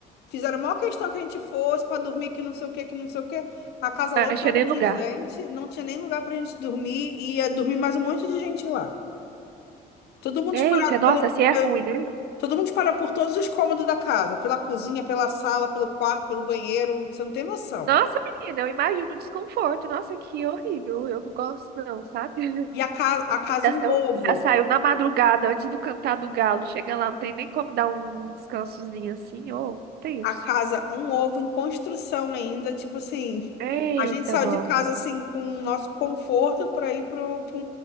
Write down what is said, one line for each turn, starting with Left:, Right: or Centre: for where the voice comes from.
Left: fizeram a maior questão que a gente fosse para dormir, que não sei o que, que não sei o que. A casa
Right: Não
Left: lotada
Right: achei nem lugar.
Left: de gente, não tinha nem lugar pra gente dormir e ia dormir mais um monte de gente lá. Todo mundo
Right: Eita,
Left: espalhado
Right: nossa,
Left: pelo,
Right: assim é
Left: pelo-
Right: ruim, né?
Left: todo mundo espalhado por todos os cômodos da casa, pela cozinha, pela sala, pelo quarto, pelo banheiro. Você não tem noção.
Right: Nossa, menina, eu imagino o desconforto. Nossa, que horrível. Eu não gosto, não, sabe? <laughs>
Left: E a casa, a casa
Right: Já
Left: um
Right: saiu,
Left: ovo.
Right: já saiu na madrugada, antes do cantar do galo. Chega lá, não tem nem como dar um descansozinho assim. Ô, tem isso.
Left: A casa um ovo em construção ainda. Tipo assim,
Right: Eita,
Left: a gente saiu
Right: não.
Left: de casa assim com o nosso conforto para ir para um, pra